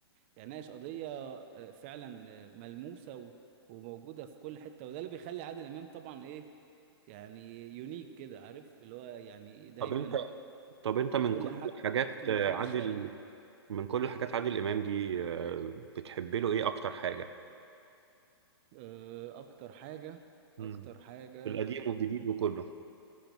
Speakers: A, on the right (about 25°); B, on the right (about 90°).
A: يعني ناقش قضية آه، فعلا آه، ملموسة و... وموجودة في كل حتة وده اللي بيخلي عادل إمام طبعا ايه يعني يونيك كده عارف اللي هو يعني دايما
B: طب انت طب انت من
A: كل
B: كل
A: حاجته
B: الحاجات
A: من
B: آه،
A: أرض
B: عادل
A: الشارع يعني.
B: من كل الحاجات عادل امام دي آه، بتحب له ايه اكتر حاجة
A: آه، اكتر حاجة
B: مم.
A: اكتر حاجة
B: القديم والجديد وكله